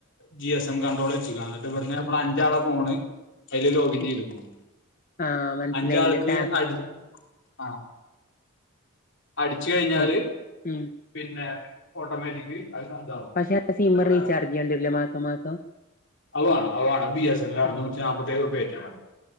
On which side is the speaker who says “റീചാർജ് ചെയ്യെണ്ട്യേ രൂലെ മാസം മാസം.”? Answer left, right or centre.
Left